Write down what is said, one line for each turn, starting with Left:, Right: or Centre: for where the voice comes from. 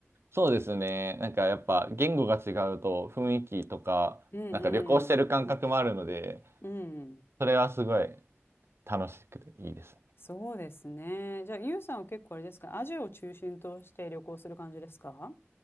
Right: そうですね。なんかやっぱ言語が違うと雰囲気とか、
Left: うんうん。
Right: なんか旅行してる感覚もあるので、
Left: うん。
Right: それはすごい楽しくていいです。
Left: そうですね。じゃあ、ゆうさんは結構あれですか、アジアを中心として旅行する感じですか